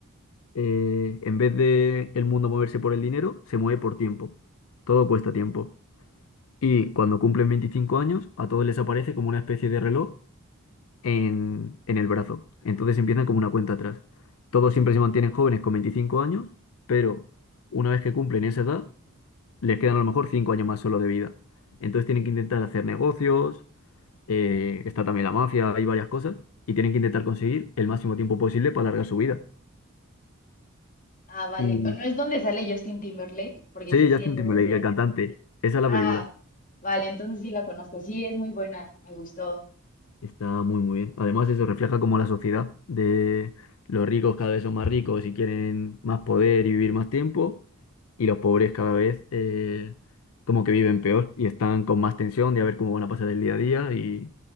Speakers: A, on the left; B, on the left.
A: eh, en vez de el mundo moverse por el dinero, se mueve por tiempo. Todo cuesta tiempo. Y cuando cumplen 25 años, a todos les aparece como una especie de reloj en, en el brazo. Entonces empiezan como una cuenta atrás. Todos siempre se mantienen jóvenes con 25 años, pero una vez que cumplen esa edad, les quedan a lo mejor 5 años más solo de vida. Entonces tienen que intentar hacer negocios eh, está también la mafia, hay varias cosas, y tienen que intentar conseguir el máximo tiempo posible para alargar su vida.
B: Ah, vale.
A: Y
B: ¿O ¿No es donde sale Justin Timberlake? Porque
A: sí,
B: sí, sí,
A: Justin
B: entonces
A: Timberlake,
B: sí es.
A: el cantante, esa es la
B: Ah,
A: película.
B: vale, entonces sí la conozco. Sí, es muy buena, me gustó.
A: Está muy, muy bien. Además, eso refleja como la sociedad de los ricos cada vez son más ricos y quieren más poder y vivir más tiempo, y los pobres cada vez eh, como que viven peor y están con más tensión de a ver cómo van a pasar el día a día y